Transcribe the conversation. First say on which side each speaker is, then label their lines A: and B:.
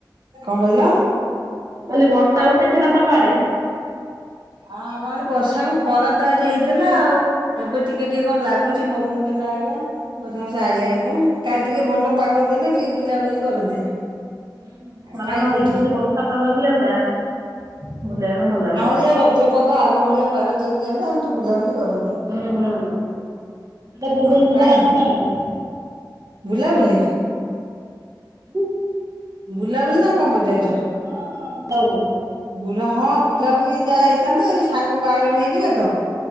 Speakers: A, on the right; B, on the right.
A: କଣ କହିଲ?
B: କାଲି ବର୍ଷା ଉଠାଇଛି ନା ତମ ଆଡେ?
A: ଆ ଆମ ଆଡେ ବର୍ଷା ଖରା ତ ଆଜି ହେଇଥିଲା। ଆଉ ଏବେ, ଟିକେ ଟିକେ କଣ ଲାଗୁଛି ପଵନ ଦେଲା ଆଜ୍ଞା, ବରଷା ଆଇିଲା କି କଣ କାଲି ଟିକେ ଭଲ ପାଗ ଦେଲେ, ଟିକେ ବୁଲାବୁଲି କରନ୍ତେ।
B: ହୁଁ
A: ଆଉ
B: ଖରା
A: କାହିଁ
B: ନଦକି
A: କୋଉଠି
B: ଯଦି ବର୍ଷା ପାଗ ଦିଅନ୍ତା ଭୁଲିବା ଭଲ ହେନ୍ତା।
A: ସେଆ ରଜ ପର୍ବ ଆଗ ଭଳିଆ ପାଗ ଯଦି ଦିଅନ୍ତା ଆଉଟିକେ ବୁଲାବୁଲି କରନ୍ତେ।
B: ହୁଁ ହୁଁ ହୁଁ ତ ବୁଲେଇି
A: ଆଉ
B: ଯିବାର
A: କାଇଁ
B: ଅଛି ନା ନାଇ?
A: ବୁଲାବୁଲି,
B: ହୁଁ,
A: ବୁଲାବୁଲି ନା କଣ ପଚାରିଛ,
B: ହଁ ହଁ ବୁଲଉଲେ,
A: ବୁଲା ହଁ ବୁଲାବୁଲି ଯାହା ହେଇଥାନ୍ତା, ଏଇ ସାଙ୍ଗ ବାହାଘର ହେଇଯିବେ ତ।